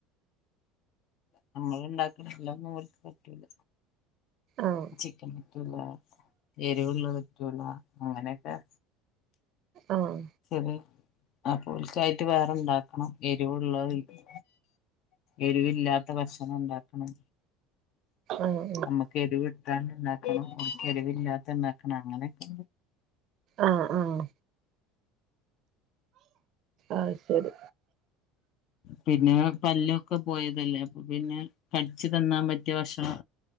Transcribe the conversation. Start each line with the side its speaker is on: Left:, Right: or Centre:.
Left: ഞമ്മള് ഇണ്ടാക്ക്ണ എല്ലാ ഒന്നും ഓൽക്ക് പറ്റൂല്ല
Right: ആഹ്
Left: ചിക്കൻ പറ്റൂല. എര്വ്ള്ള പറ്റൂല അങ്ങനെയെക്കെ
Right: ആഹ്
Left: ശരി അപ്പോൽക്കായിറ്റ് വേറെണ്ടാക്കണം എരിവ്ള്ളതും ഇ എരിവില്ലാത്ത ഭക്ഷണം ഇണ്ടാക്കണം
Right: ആഹ്
Left: ഞമ്മക്ക് എരിവ്ട്ടാണ്ട് ഇണ്ടാക്കണം എരിവില്ലാത്ത ഇണ്ടാക്കണം അങ്ങനെയെക്കെ
Right: ആഹ് ആഹ് ആഹ് ശരി
Left: പിന്നെ പല്ലൊക്കെ പോയതല്ലെ അപ്പ പിന്നെ കടിച്ച് തിന്നാൻ പ റ്റിയ ഭക്ഷണം